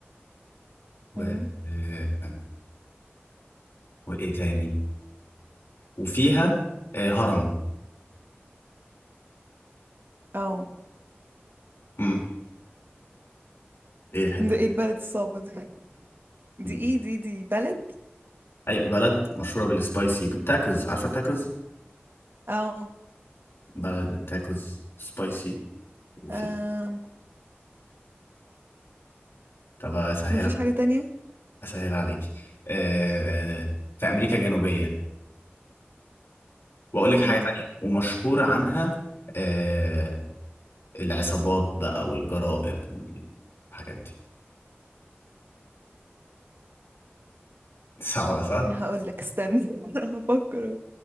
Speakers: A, on the left (about 65°); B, on the right (about 55°).
A: و
B: مم.
A: آه، وايه تاني وفيها آه، هرم
B: اه
A: امم ايه الحته
B: ده ايه البلد الصعبة دي دي
A: دي؟
B: ايه دي دي بلد
A: اي بلد مشهوره بالسبايسي وبالتاكوز عارفه التاكوز
B: اه
A: بلد بالتاكوز سبايسي وفي
B: آم،
A: طب اسهل
B: مفيش
A: عليك
B: حاجة تانية
A: اسهل عليك آه، آه، في امريكا الجنوبيه واقول لك حاجه
B: مم.
A: تانية ومشهور عنها آه، العصابات بقى والجرائم والحاجات دي صعبة صح؟
B: هقولك استنى <laughs> هفكر